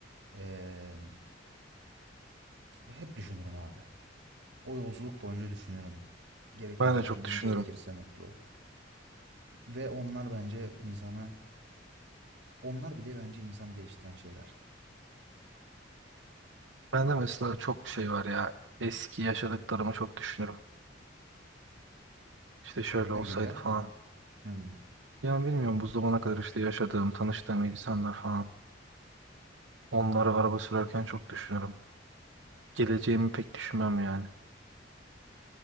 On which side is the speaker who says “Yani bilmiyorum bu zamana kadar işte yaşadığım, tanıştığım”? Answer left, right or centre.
Right